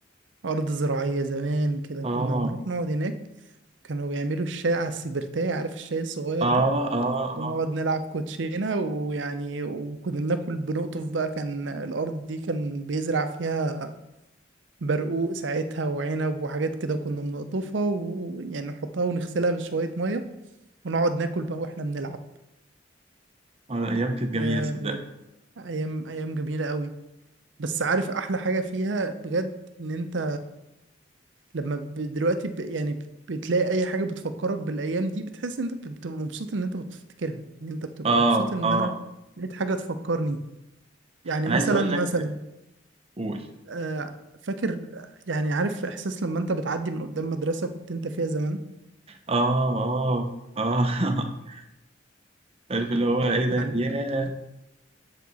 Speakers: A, on the right (about 75°); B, on the right (about 30°).
A: ارض زراعيه زمان كده
B: آه
A: كنا بنروح نقعد هناك كانوا بيعملوا الشاي على السبرتاية عارف الشاي الصغير
B: آه
A: ده
B: آه آه
A: ونقعد نلعب كوتشينه ويعني وكنا بناكل بنقطف بقى كان الارض دي كان بيزرع فيها برقوق ساعتها وعنب وحاجات كده كنا بنقطفها ويعني نحطها ونغسلها بشويه ميه ونقعد ناكل بقى واحنا بنلعب
B: آه، أيام كانت
A: يا
B: جميلة صدقني
A: بجد ايام ايام جميله قوي بس عارف احلى حاجه فيها بجد ان انت لما ب- دلوقتي ب... يعني ب- بتلاقي اي حاجه بتفكرك بالايام دي بتحس ان انت بت- بتبقى مبسوط ان انت بتفتكرها ان انت بتبقى
B: آه
A: مبسوط ان
B: آه
A: انا لقيت حاجه تفكرني يعني
B: أنا
A: مثلا
B: عايز أقول
A: مثلا
B: لك قول
A: آه، فاكر يعني عارف احساس لما انت بتعدي من قدام مدرسه كنت انت فيها زمان
B: آه آه آه <laughs> عارف اللي هو إيه ده
A: يعني
B: ياه